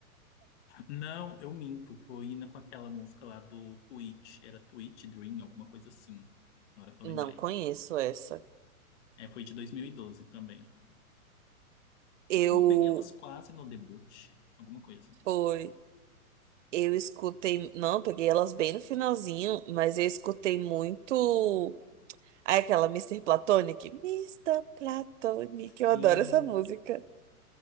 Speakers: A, on the left; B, on the right.
A: Não, eu minto, foi na- com aquela música lá do Twitch, era Twitch Dream, alguma coisa assim, na
B: <laughs>
A: hora que eu
B: Não
A: lembrei.
B: conheço essa.
A: É, foi de 2012 também.
B: Eu
A: Então eu peguei elas quase no debut, alguma coisa.
B: foi, eu escutei, não, peguei elas bem no finalzinho, mas eu escutei muito Aí aquela Mister Platonic. Mister Platonic,
A: Sim,
B: eu adoro essa música.